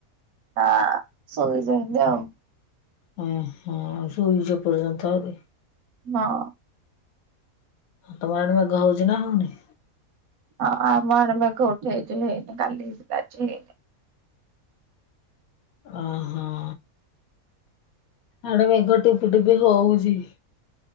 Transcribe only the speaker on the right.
<unintelligible> ଶୋଇଚନ୍ତି ଆଉ।
ହଁ।
ହଁ ଆମଆଡ଼େ ମେଘ ଉଠେଇଚି ହେଇନି କାଲିି ହେଇଥିଲା ଆଜି ହେଇନି।